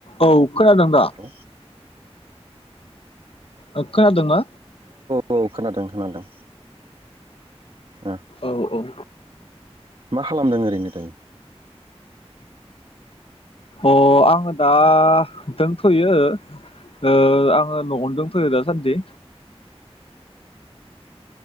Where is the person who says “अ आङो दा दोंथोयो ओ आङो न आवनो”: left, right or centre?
Left